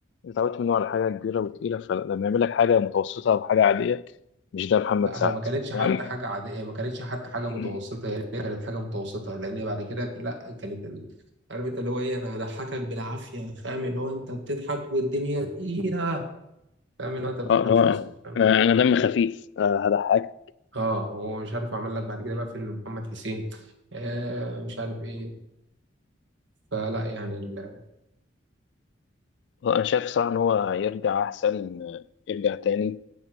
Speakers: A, on the left; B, on the right.
A: اتعودت منه على حاجة كبيرة وتقيلة فلما يعمل لك حاجة متوسطة أو حاجة عادية مش ده محمد
B: لا
A: سعد
B: هي ما كانتش
A: يعني
B: حتى حاجة عادية ما كانتش حتى حاجة
A: مم.
B: متوسطة هي كانت حاجة متوسطة لأن هي بعد كده لا كانت ال... عارف انت اللي هو ايه انا هضحكك بالعافية فاهم اللي هو انت بتضحك والدنيا تقيلة فاهم اللي هو انت ما بتضحكش
A: اه اللي هو
B: اصلا فاهم
A: انا أنا دم خفيف آه، هضحك
B: اه ومش عارف اعمل لك بعد كده بقى فيلم محمد حسين آه مش عارف ايه فلا يعني ال...
A: هو انا شايف صراحه ان هو يرجع احسن آه، يرجع تاني